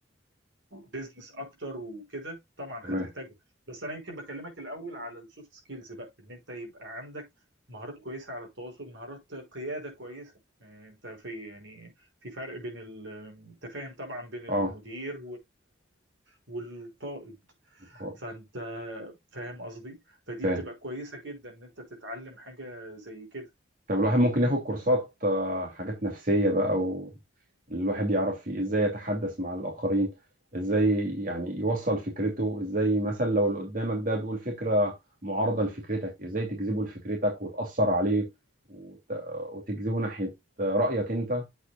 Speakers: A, on the right; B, on the right.
A: بيزنس أكتر وكده طبعا
B: اي
A: هتحتاجها بس أنا يمكن بكلمك الأول على السوفت سكيلز بقى إن أنت يبقى عندك مهارات كويسة على التواصل مهارات قيادة كويسة آه، أنت في يعني في فرق بين ال- التفاهم طبعا بين المدير
B: اه
A: والقائد
B: كويس
A: فانت فاهم قصدي فدي
B: فاهم
A: بتبقى كويسة جدا ان انت تتعلم حاجة زي كده
B: طب الواحد ممكن ياخد كورسات آه، حاجات نفسية بقى و... الواحد يعرف فيه ازاي يتحدث مع الآخرين ازاي يعني يوصل فكرته ازاي مثلا لو اللي قدامك ده بيقول فكرة معارضة لفكرتك ازاي تجذبه لفكرتك وتأثر عليه وت... وتجذبه ناحية رأيك انت